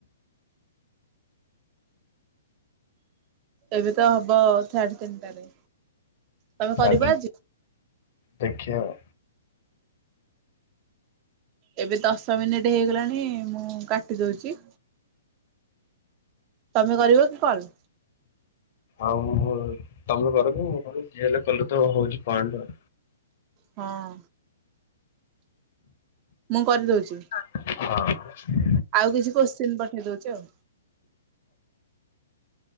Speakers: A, on the right; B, on the left.
A: ଏବେ ତ ହବ ସାଢେ ତିନିଟାରେ। ତମେ
B: ହୁଁ
A: କରିବ ଆଜି?
B: ଦେଖିଆ ଆଉ
A: ଏବେ ଦଶ ମିନିଟ ହେଇଗଲାଣି ମୁଁ କାଟି ଦଉଛି। ତମେ କରିବ କି କଲ?
B: ଆଉ ତମେ କରକି ମୁଁ କରେ, ଯିଏ ହେଲେ କଲେ ତ ହଉଛି ପଏଣ୍ଡ।
A: ହଁ। ମୁଁ କରିଦଉଛି।
B: ହଁ।
A: ଆଉ କିଛି କୋଶ୍ଚିନ୍ ପଠେଇ ଦଉଛି ଆଉ?